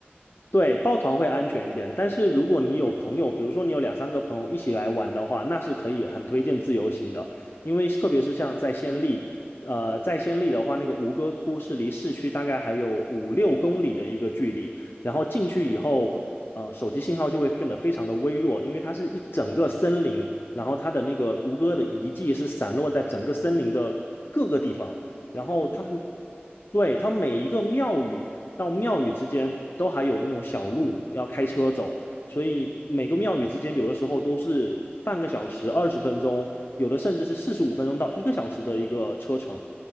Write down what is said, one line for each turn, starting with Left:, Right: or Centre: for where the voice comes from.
Left: 对，抱团会安全一点，但是如果你有朋友，比如说你有两三个朋友一起来玩的话，那是可以很推荐自由行的，因为特别是像在暹粒，呃，在暹粒的话，那个吴哥窟是离市区大概还有五六公里的一个距离，然后进去以后，呃，手机信号就会变得非常的微弱，因为它是一整个森林，然后它的那个吴哥的遗迹是散落在整个森林的各个地方，
Right: <laughs> 这样子啊，
Left: 然后他们。对，它每一个庙宇，到庙宇之间都还有那种小路要开车走，所以每个庙宇之间有的时候都是半个小时、二十分钟，有的甚至是四十五分钟到一个小时的一个车程。